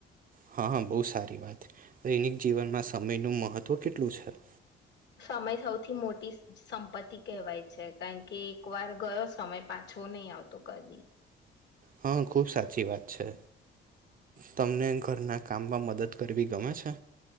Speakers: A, on the right; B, on the left.
A: હા બહુ સારી વાત દૈનિક જીવનમાં સમયનું મહત્ત્વ કેટલું છે
B: સમય સૌથી મોટી સંપત્તિ કહેવાય છે કારણ કે એક વાર ગયો સમય પાછો નહી આવતો કદી
A: હા ખૂબ સાચી વાત છે તમને ઘરના કામમાં મદદ કરવી ગમે છે